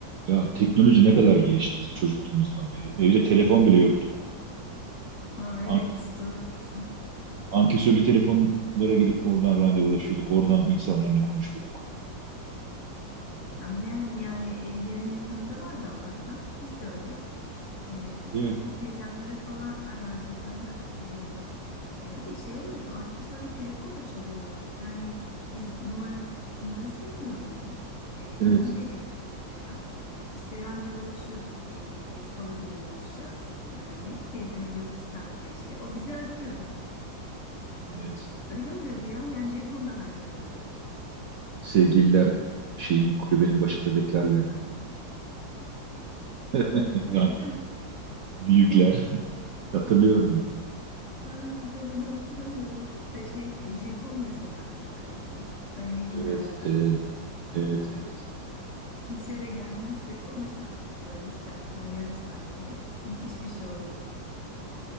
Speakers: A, on the right; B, on the left.
A: Ya teknoloji ne kadar gelişti bizim çocukluğumuzdan beri. Evde telefon bile yoktu.
B: Aa, evet
A: Ank-
B: doğru diyorsun.
A: Ankesörlü telefonlara gidip oradan randevulaşıyorduk. Oradan insanlarla konuşuyorduk.
B: Aynen yani evlerin yakınında vardı Allah'tan. Biz de öyle. Ee,
A: Evet,
B: hatta teyzemlere falan arardık öyle hatırlıyorum. Ee, bir de şey oluyordu ankesörlü telefon da çalıyordu. Yani biz numaram, numarası oluyordu onun. Ee,
A: Evet.
B: onu veriyorduk mesela. İşte randevulaşıyorduk diyelim ki salı günü buluşacağız gibi hani. Teyzeme diyorduk ki saat 5'te. O bizi arıyordu.
A: Evet.
B: Öyle oluyordu ya yani jeton da harcamıyorduk.
A: Sevgililer şeyin kulübenin başında beklerlerdi. <laughs>
B: Öyle
A: Yani
B: değil mi?
A: Büyükler. Hatırlıyorum ben.
B: Ha, ben onu hatırlamıyorum çok da şey e, jeton mesela takılırdı. Ay ne güzeldi
A: Evet. Evet.
B: ya.
A: Evet. evet.
B: Kimse de gelmezse konuş artık böyle istersen yarım saat konuş. Müthiş bir şey oluyordu.